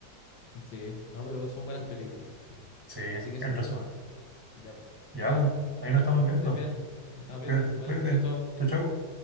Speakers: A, on the left (about 85°); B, on the right (about 20°).
A: sí, no, pero son buenas películas.
B: Sí,
A: Así que eso,
B: en resumen.
A: ya, pues,
B: Ya,
A: dale.
B: pues, ahí
A: Ya
B: nos
A: pues
B: estamos
A: que estés
B: viendo.
A: bien. Nos estamos
B: Cuídate,
A: viendo. Vale,
B: cuídate.
A: chao, chao.
B: Chau, chau.